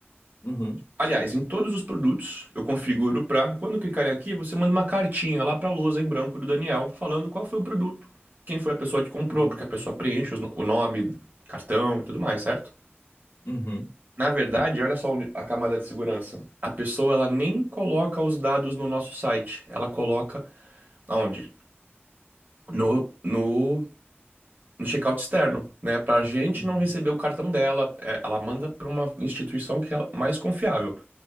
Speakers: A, on the left; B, on the right.
A: Uhum.
B: Aliás, em todos os produtos eu configuro para quando clicarem aqui, você manda uma cartinha lá para a lousa em branco do Daniel falando qual foi o produto, quem foi a pessoa que comprou,
A: Uhum.
B: porque a pessoa preenche os no- o nome, cartão e tudo mais, certo?
A: Uhum.
B: Na verdade, olha só a camada de segurança. A pessoa ela nem coloca os dados no nosso site, ela coloca aonde? No, no no checkout externo, né? Para a gente
A: Uhum.
B: não receber o cartão dela, é, ela manda para uma instituição que é mais confiável.